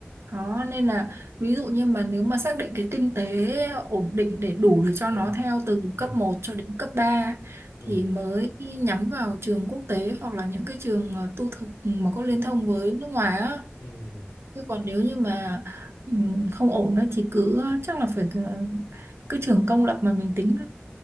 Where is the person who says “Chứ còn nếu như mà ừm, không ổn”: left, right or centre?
Right